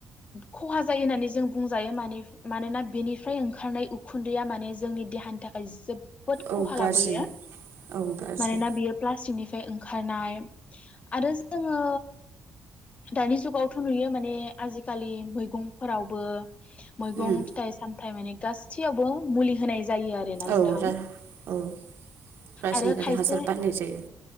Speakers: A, on the left; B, on the right.
A: खहा जायो होननानै जों बुंजायो माने मानोना बेनिफ्राय ओंखारनाय उखुन्दैया माने जोंनि देहानि थाखाय जोब बोद खहा
B: औ गाज्रि
A: लाबोयो
B: औ गाज्रि
A: मानोना बियो प्लास्टिकनि फ्राय ओंखारनाय आरो जोङो दानि जुगावथ' नुयो माने आजिकालि मैगंफोरावबो मैगं
B: उम
A: फिथाइ साम थाय माने गासैयावबो मुलि होनाय जायो आरोना नोंथां
B: औ रा औ रासायनारि
A: आरो खायसे
B: हासार बाहायनाय जायो